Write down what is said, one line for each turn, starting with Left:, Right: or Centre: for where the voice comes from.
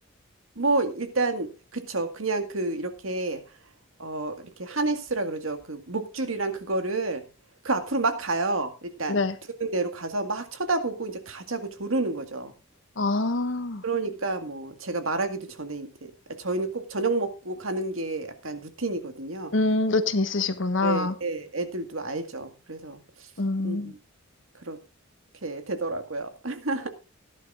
Right: 뭐 일단 그쵸. 그냥 그 이렇게 어 이렇게 하네스라 그러죠. 그 목줄이랑 그거를 그 앞으로 막 가요. 일단
Left: 네.
Right: 두는 대로 가서 막 쳐다보고 이제 가자고 조르는 거죠.
Left: 아,
Right: 그러니까 뭐 제가 말하기도 전에 이제 저희는 꼭 저녁 먹고 가는 게 약간 루틴이거든요.
Left: 음, 루틴 있으시구나.
Right: 예, 예, 애들도 알죠. 그래서
Left: 음,
Right: 음, 그렇게 되더라고요. <laughs>